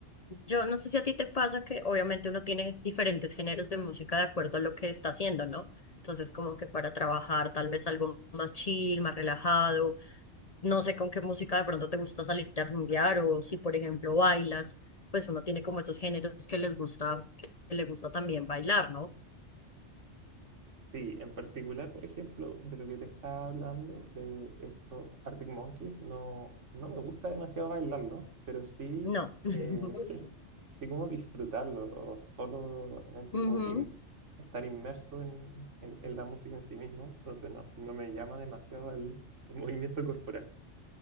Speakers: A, on the left; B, on the right.
A: Yo no sé si a ti te pasa que obviamente uno tiene diferentes géneros de música de acuerdo a lo que está haciendo, ¿no? Entonces, como que para trabajar, tal vez algo más chill, más relajado No sé con qué música de pronto te gusta salir a rumbear o si, por ejemplo, bailas, pues uno tiene como esos géneros que les gusta, que le gusta también bailar, ¿no?
B: Sí, en particular, por ejemplo, de lo que te estaba hablando, de estos Arctic Monkeys, no, no me gusta demasiado bailarlo, pero sí,
A: No. <laughs>
B: eh, <laughs> sí como disfrutarlo, o solamente
A: Ujú,
B: como in- estar inmerso en, en- en la música en sí mismo, entonces no, no me llama demasiado el, el movimiento corporal.